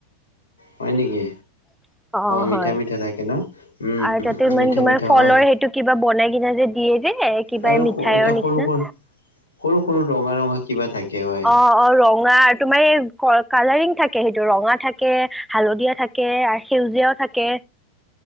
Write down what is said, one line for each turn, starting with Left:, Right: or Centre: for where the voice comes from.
Left: হয় নেকি?
Centre: <inaudible> অ'
Left: মিঠা
Centre: হয়
Left: মিঠা থাকে ন উম
Centre: আৰু তাতে মান
Left: মিঠা
Centre: তোমাৰ
Left: মিঠা
Centre: ফলৰ
Left: হয়
Centre: সেইটো কিবা বনাই কিনা যে দিয়ে যে। কিবা
Left: আৰু
Centre: মিঠাইৰ
Left: এটা সৰু
Centre: নিচিনা।
Left: সৰু সৰু সৰু ৰঙা ৰঙা। কিবা থাকে। হয়
Centre: অ, অ ৰঙা। তোমাৰ এই কালাৰিং থাকে সেইটো ৰঙা থাকে হালধীয়া থাকে। সেউজীয়াও থাকে